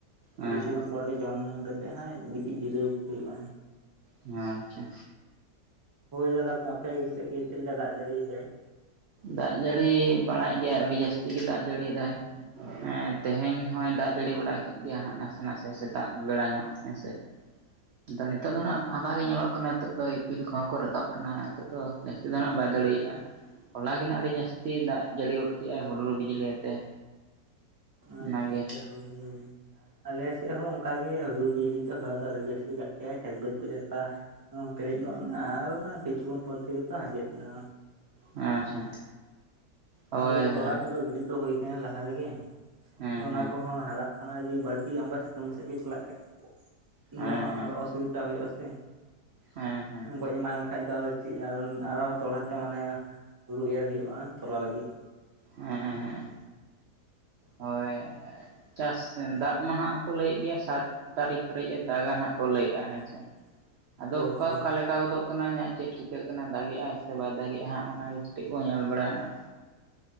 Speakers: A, on the right (about 75°); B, on the right (about 25°).
A: ᱦᱮᱸ
B: ᱠᱤᱪᱷᱩᱜᱟᱱ ᱯᱚᱨ ᱜᱮ ᱡᱚᱢ ᱠᱟᱛᱮᱜ ᱦᱟᱸᱜ ᱜᱤᱛᱤᱡ ᱡᱤᱨᱟᱹᱣ ᱦᱩᱭᱩᱜ-ᱟ᱾
A: ᱦᱮᱸ ᱟᱪᱪᱷᱟ,
B: ᱦᱳᱭ ᱫᱟᱫᱟ ᱟᱯᱮ ᱥᱮᱫ ᱜᱮ ᱪᱮᱫ ᱞᱮᱠᱟ ᱫᱟᱜ ᱡᱟᱹᱲᱤᱭᱫᱟᱭ?
A: ᱫᱟᱜ ᱡᱟᱹᱲᱤ ᱵᱟᱲᱟᱭᱮᱫ ᱜᱮᱭᱟ ᱟᱹᱰᱤ ᱡᱟᱹᱥᱛᱤ ᱜᱮ ᱫᱟᱜ ᱡᱟᱹᱲᱤᱭᱫᱟᱭ᱾ ᱦᱮᱸ ᱛᱮᱦᱮᱧ ᱦᱚᱭ ᱫᱟᱜ ᱡᱟᱹᱲᱤ ᱵᱟᱲᱟ ᱠᱮᱫ ᱜᱮᱭᱟ ᱦᱟᱸᱜ ᱱᱟᱥᱮ ᱱᱟᱥᱮ ᱥᱮᱛᱟᱜ ᱵᱮᱲᱟ ᱧᱚᱜ ᱦᱮᱸᱥᱮ᱾ ᱟᱫᱚ ᱱᱤᱛᱚᱜ ᱫᱚ ᱱᱟᱟᱜ ᱯᱷᱟᱸᱠᱟ ᱜᱮ ᱧᱮᱞᱚᱜ ᱠᱟᱱᱟ ᱱᱤᱛᱚᱜ ᱫᱚ ᱤᱯᱤᱞ ᱠᱚᱦᱚᱸ ᱠᱚ ᱨᱟᱠᱟᱵ ᱟᱠᱟᱱᱟ ᱱᱤᱛᱚᱜ ᱫᱚ᱾ ᱡᱟᱹᱥᱛᱤ ᱫᱚ ᱱᱟᱦᱟᱜ ᱵᱟᱭ ᱫᱟᱲᱮᱭᱟᱜ-ᱟ᱾ ᱦᱚᱞᱟ ᱜᱮ ᱦᱟᱜ ᱟᱹᱰᱤ ᱡᱟᱹᱥᱛᱤ ᱫᱟᱜ ᱡᱟᱹᱲᱤ ᱜᱚᱫ ᱠᱮᱫᱮᱜ-ᱟᱭ ᱦᱩᱰᱩᱨ ᱵᱤᱡᱽᱞᱤ ᱟᱛᱮ᱾
B: ᱟᱪᱪᱷᱟ
A: ᱚᱱᱟᱜᱮ
B: ᱟᱪᱪᱷᱟ ᱦᱳᱭ ᱦᱳᱭ ᱟᱞᱮ ᱥᱮᱫ ᱦᱚᱸ ᱚᱱᱠᱟ ᱚᱱᱠᱟᱜᱮ ᱦᱩᱰᱩᱨ ᱵᱤᱡᱽᱞᱤ ᱦᱟᱞᱟ ᱫᱚ ᱟᱹᱰᱤ ᱡᱟᱹᱥᱛᱤ ᱫᱟᱜ ᱠᱮᱫ-ᱟ ᱠᱷᱮᱛ ᱵᱟᱹᱫᱽ ᱠᱚ ᱪᱟᱥ ᱟ ᱾ ᱯᱮᱨᱮᱡ ᱜᱚᱫ ᱮᱱᱟ ᱟᱨ ᱠᱤᱪᱷᱩ ᱠᱷᱚᱱ ᱯᱚᱨᱮ ᱛᱮᱜᱮ ᱛᱚ ᱦᱟᱸᱡᱮᱫ ᱮᱱᱟ᱾
A: ᱟᱪᱪᱷᱟ, ᱦᱳᱭ
B: ᱟᱫᱚ ᱛᱚᱞᱟ
A: ᱦᱳᱭ
B: ᱠᱚᱫᱚ ᱜᱤᱰᱤ ᱛᱚ ᱦᱚᱭ ᱟᱠᱟᱱᱟ ᱞᱟᱦᱟ ᱨᱮᱜᱮ,
A: ᱦᱮᱸ
B: ᱟᱨ
A: ᱦᱮᱸ
B: ᱚᱱᱟ ᱠᱚᱦᱚᱸ ᱦᱟᱨᱟᱜ ᱠᱟᱱᱟ ᱡᱮ ᱵᱟᱹᱲᱛᱤ ᱚᱱᱠᱟ ᱥᱤᱛᱩᱝ ᱥᱮᱫ ᱜᱮ ᱪᱟᱞᱟᱜ ᱠᱷᱟᱡ
A: ᱦᱮᱸ
B: ᱫᱚ ᱦᱟᱸᱜ
A: ᱦᱮᱸ
B: ᱟᱨᱚᱥ ᱥᱩᱵᱤᱫᱟ ᱦᱩᱭᱩᱜ ᱟ ᱥᱮ
A: ᱦᱮᱸ
B: ᱜᱚᱡ ᱮᱢᱟᱭ ᱠᱷᱟᱡ ᱫᱚ ᱪᱮᱫ ᱟᱨᱚᱸ ᱫᱚᱦᱲᱟ ᱛᱮ ᱢᱟᱱᱮ ᱦᱩᱲᱩ ᱮᱨ ᱦᱩᱭᱩᱜ-ᱟ ᱛᱚᱞᱟ ᱞᱟᱹᱜᱤᱫ᱾
A: ᱦᱮᱸᱸ ᱦᱮᱸ ᱦᱳᱭ᱾ ᱪᱟᱥ ᱫᱟᱜ ᱢᱟ ᱱᱟᱜ ᱠᱚ ᱞᱟᱹᱭᱮᱫ ᱜᱮᱭᱟ ᱥᱟᱛ ᱛᱟᱹᱨᱤᱠᱷ ᱦᱟᱹᱨᱤᱡ ᱫᱟᱜ-ᱟ ᱦᱟᱸᱜ ᱠᱚ ᱞᱟᱹᱭᱮᱫ-ᱟ ᱦᱮᱸᱥᱮ᱾
B: <unintelligible>
A: ᱟᱫᱚ ᱚᱠᱟ
B: ᱦᱳᱭ
A: ᱚᱠᱟᱞ ᱟᱠᱟ ᱜᱚᱫᱚᱜ ᱠᱟᱱᱟ ᱦᱟᱜ ᱪᱮᱫ ᱪᱤᱠᱟᱹᱜ ᱠᱟᱱᱟ ᱫᱟᱜᱤᱟᱭ ᱥᱮ ᱵᱟᱭ ᱫᱟᱜᱮᱜ-ᱟ ᱚᱱᱟᱜᱮ ᱠᱟᱹᱴᱤᱡ ᱵᱚᱱ ᱧᱮᱞ ᱵᱟᱲᱟᱭᱟ ᱱᱟᱜ